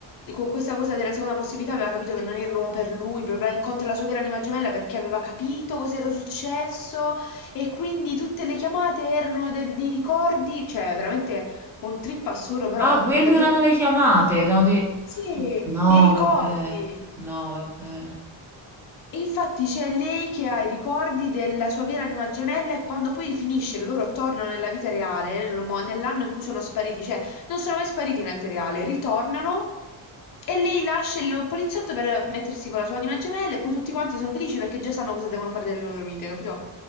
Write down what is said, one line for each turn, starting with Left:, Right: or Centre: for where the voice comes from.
Left: con questa cosa della seconda possibilità aveva capito che non era l'uomo per lui, bla bla, bla, incontra la sua vera anima gemella perché aveva capito cosa era successo e quindi tutte le chiamate erano del- dei ricordi, cioè veramente un trip assurdo, però
Centre: Ah, quelle
Left: davvero...
Centre: erano le chiamate, erano dei...
Left: Sì,
Centre: No,
Left: dei ricordi.
Centre: vabbè, no, vabbè.
Left: Infatti c'è lei che ha i ricordi della sua vera anima gemella e quando poi finisce che loro tornano nella vita reale, nel mo- nell'anno in cui sono spariti, cioè non sono mai spariti nella vita reale, ritornano e lei lascia il poliziotto per mettersi con la sua anima gemella e poi tutti quanti sono felici perché già sanno cosa devono fare delle loro vite, capito?